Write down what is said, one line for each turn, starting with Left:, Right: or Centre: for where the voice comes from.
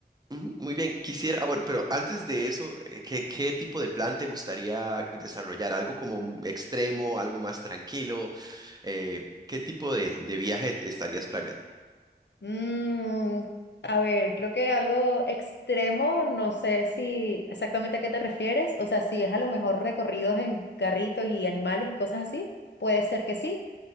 Right: Ujú, Muy bien, quisiera, ah, bueno, pero antes de eso, eh, ¿qué, qué tipo de plan te gustaría desarrollar? ¿Algo como un extremo, algo más tranquilo? Eh, ¿qué tipo de, de viaje estarías planeando?
Left: Mm, a ver, creo que algo extremo, no sé si exactamente a qué te refieres, o sea, si es a lo mejor recorridos en carritos y animales y cosas así, puede ser que sí.